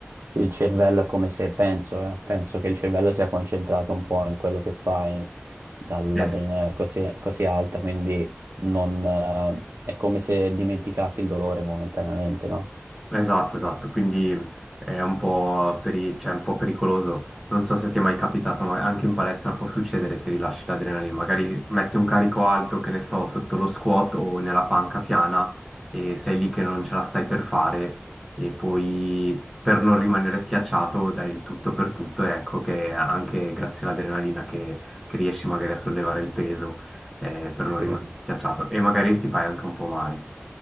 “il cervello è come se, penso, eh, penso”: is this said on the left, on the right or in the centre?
Right